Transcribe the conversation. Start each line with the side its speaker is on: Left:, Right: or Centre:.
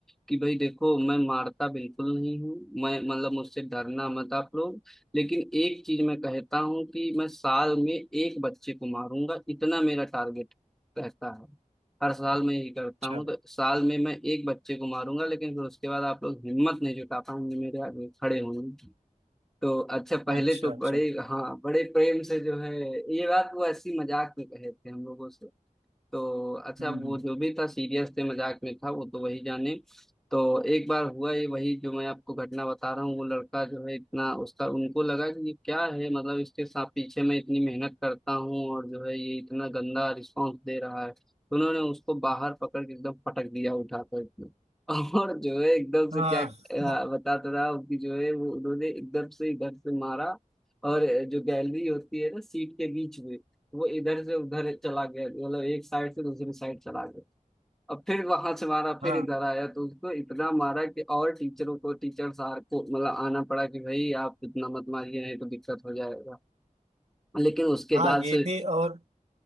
Centre: कि भाई देखो मैं मारता बिल्कुल नहीं हूँ मैं मतलब मुझसे डरना मत आप लोग लेकिन एक चीज मैं कहता हूँ कि मैं साल में एक बच्चे को मारूंगा इतना मेरा टारगेट रहता है हर साल मैं ये करता
Right: अच्छा
Centre: हूँ तो साल में मैं एक बच्चे को मारूंगा लेकिन फिर उसके बाद आप लोग हिम्मत नहीं जुटा पाएंगे मेरे आगे खड़े होंगे तो अच्छा पहले
Right: अच्छा
Centre: तो
Right: अच्छा
Centre: बड़े हाँ बड़े प्रेम से जो है ये बात वो ऐसी मजाक में कहे थे हम लोगों से तो अच्छा
Right: हम्म,
Centre: वो जो भी था सीरियस थे मजाक में था वो तो वही जाने तो एक बार हुआ ये वही जो मैं आपको घटना बता रहा हूँ वो लड़का जो है इतना उसका उनको लगा कि ये क्या है मतलब इसके साथ पीछे मैं इतनी मेहनत करता हूँ और जो है ये इतना गंदा रिस्पॉन्स दे रहा है तो उन्होंने उसको बाहर पकड़ के एकदम पटक दिया उठाकर एकदम <laughs> और जो है एकदम से
Right: हाँ
Centre: क्या अ,
Right: <laughs>
Centre: बताता रहा उसकी जो है वो उन्होंने एकदम से इधर से मारा और जो गैलरी होती है ना सीट के बीच में वो इधर से उधर चला गया मतलब एक साइड से दूसरी साइड चला गया अब फिर वहां से मारा फिर
Right: हाँ
Centre: इधर आया तो उसको इतना मारा कि और टीचरों को टीचर सार को मतलब आना पड़ा कि भाई आप इतना मत मारिए नहीं तो दिक्कत हो जाएगा लेकिन उसके
Right: हाँ
Centre: बाद
Right: ये
Centre: से
Right: भी और